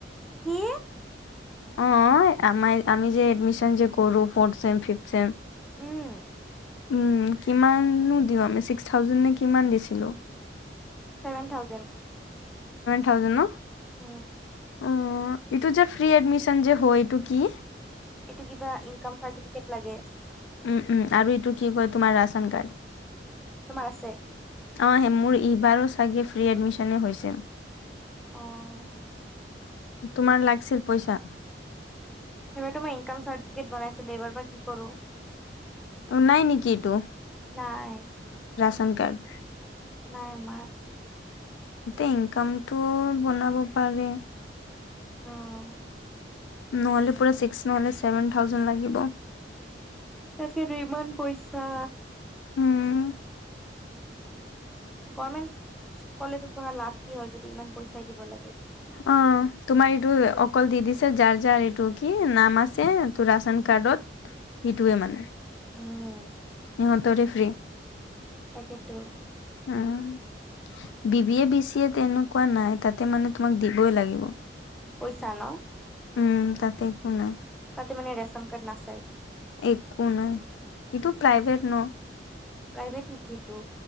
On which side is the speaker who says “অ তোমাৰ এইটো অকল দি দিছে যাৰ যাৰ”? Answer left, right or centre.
Left